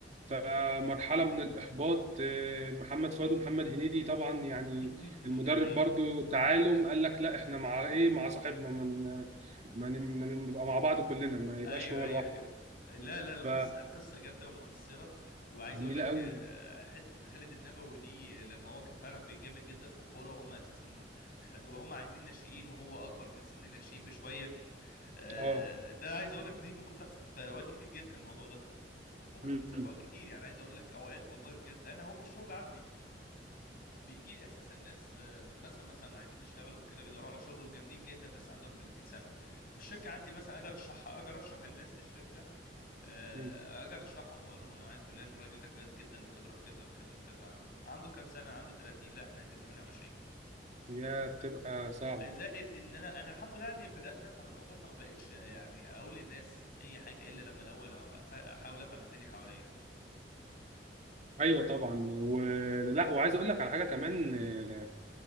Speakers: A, on the right; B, on the left.
A: فمرحله من الاحباط آه، محمد فؤاد ومحمد هنيدي طبعا يعني
B: <laughs>
A: المدرب
B: ده حقيقي
A: برضو تعالوا قال لك لا احنا مع ايه مع صاحبنا من ما نبقى مع بعض كلنا ما يبقاش
B: ايوه
A: هو
B: ايوه
A: لوحده
B: ايوه لا لا القصه
A: ف
B: القصه جامده ومؤثره وعايز
A: جميله
B: اقول لك
A: قوي
B: آه، حته خالد النبوي دي لما هو كان فعلا بيتجامد جدا في الكوره هم اساسا خدوه هم عايزين ناشئين وهو اكبر من سن الناشئين بشويه آه،
A: اه
B: ده عايز اقول لك دي ممكن تحصل في اوقات كتير جدا الموضوع ده ممكن
A: مم.
B: تحصل
A: مم.
B: في اوقات كتير يعني عايز اقول لك اوقات والله بجد انا اهو في الشغل عندي بيجي لي اساسا ناس آه، مثلا مثلا عايزين يشتغلوا وكده بيدوروا على شغل وجامدين جدا بس عندهم 30 سنه والشركه عندي مثلا اجي ارشحها اجي ارشح الناس للشركه آه،
A: مم.
B: اجي ارشحهم فاقول لهم انا معايا فلان الراجل ده كويس جدا وخبره في كذا وكذا وكذا عنده كام سنه عنده 30 لا احنا عايزين 28
A: يا بتبقى صعبة
B: زائد ان انا انا الحمد لله يعني بدات افهم الموضوع فما بقتش يعني اقول للناس اي حاجه الا لما الاول أف- احاول افهم الدنيا حواليا
A: ايوه طبعا ولا وعايز اقول لك على حاجه كمان آه،